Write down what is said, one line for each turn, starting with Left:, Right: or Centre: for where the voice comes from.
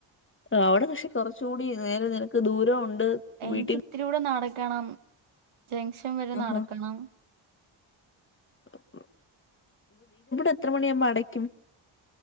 Left: അവിടെ പക്ഷെ കുറച്ചുടി നേരെ നിനക്ക് ദൂരം ഉണ്ട്
Right: എനിക്ക്
Left: വീട്ടിൽ നിന്ന്.
Right: ഇത്തിരി കൂടെ നടക്കണം ജംഗഷൻ വരെ
Left: ആഹാ
Right: നടക്കണം
Left: <inaudible> <unintelligible> എത്ര മണാവുമ്പോ അടയ്ക്കും